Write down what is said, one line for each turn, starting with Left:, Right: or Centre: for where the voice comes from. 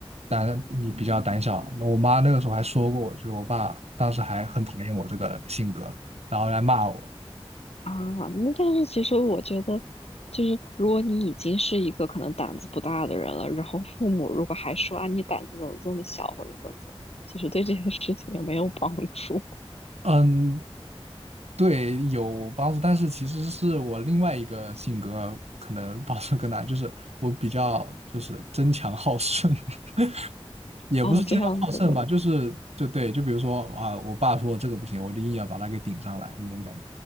Right: 但你比较胆小。那我妈那个时候还说过我，就是我爸当时还很讨厌我这个性格，然后来骂我。
Left: 啊，那但是其实我觉得，就是如果你已经是一个可能胆子不大的人了，然后父母如果还说啊你胆子怎么这么小或者怎么怎么样，其实对这件事情也没有帮助。
Right: 嗯，对，有帮助，但是其实是我另外一个性格可能帮助更大，就是我比较就是争强好胜。<laughs> 也不是争强好胜吧，
Left: 哦，这样子的，
Right: 就是就对，就比如说啊，我爸说这个不行，我就硬要把它给顶上来那种感觉。